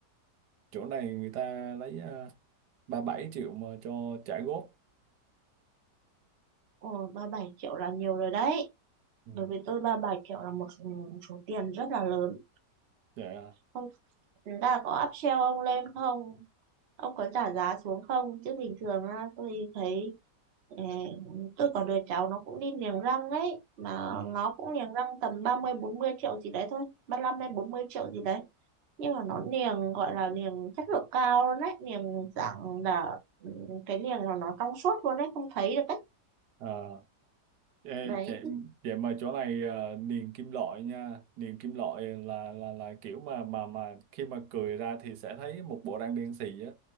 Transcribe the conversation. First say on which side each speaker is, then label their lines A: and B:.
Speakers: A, on the right; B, on the right.
A: chỗ này người ta lấy ờ, ba bảy triệu mà cho trả góp
B: Ồ, 37 triệu là nhiều rồi đấy.
A: ừ.
B: Đối với tôi 37 triệu là một số tiền rất là lớn.
A: vậy à
B: Không, là có upsell ông lên không? Ông có trả giá xuống không? Chứ bình thường á, tôi thấy ờ, tôi có đứa cháu nó cũng đi niềng răng ấy. Mà
A: ừ.
B: nó cũng niềng răng tầm ba mươi bốn mươi triệu gì đấy thôi. 35 hay 40 triệu gì đấy. Nhưng mà nó niềng gọi là niềng chất lượng cao luôn đấy. Niềng dạng là ừ, cái niềng là nó trong suốt luôn đấy. Không thấy được đấy.
A: à ê,
B: Đấy,
A: vậy, vậy mà chỗ này ờ, niềng kim loại nha niềng kim loại là là là kiểu mà mà mà khi mà cười ra thì sẽ thấy một bộ răng đen xì á